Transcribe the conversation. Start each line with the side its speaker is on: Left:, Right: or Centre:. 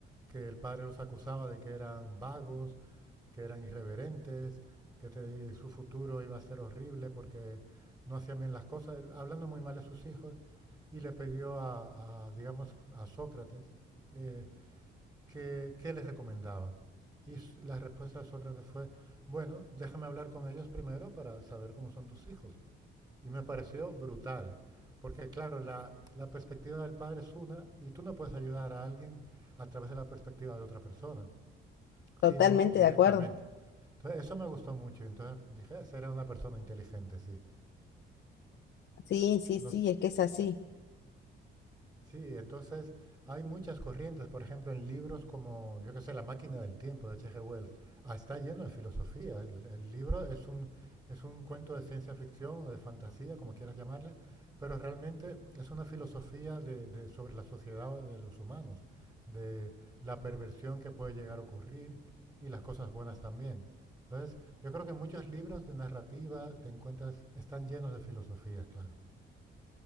Right: que el padre los acusaba de que eran vagos, que eran irreverentes, que te- su futuro iba a ser horrible porque no hacían bien las cosas, hablando muy mal de sus hijos, y le pidió a, a, digamos, a Sócrates eh, que, qué les recomendaba. Y s- la respuesta de Sócrates fue, bueno, déjame hablar con ellos primero para saber cómo son tus hijos. Y me pareció brutal, porque claro, la, la perspectiva del padre es una y tú no puedes ayudar a alguien a través de la perspectiva de otra persona,
Left: Totalmente
Right: sino directamente.
Left: de acuerdo.
Right: Entonces, eso me gustó mucho. Entonces dije, esa era una persona inteligente, sí.
Left: Sí, sí,
Right: Nos,
Left: sí, es que es así.
Right: Sí, entonces hay muchas corrientes, por ejemplo, en libros como, yo qué sé, La máquina del tiempo de H.G. Wells, ah, está lleno de filosofía. El, el libro es un, es un cuento de ciencia ficción, de fantasía, como quieras llamarle, pero realmente es una filosofía de, de- sobre la sociedad de los humanos, de la perversión que puede llegar a ocurrir y las cosas buenas también. Entonces, yo creo que muchos libros de narrativa te encuentras, están llenos de filosofías, claro.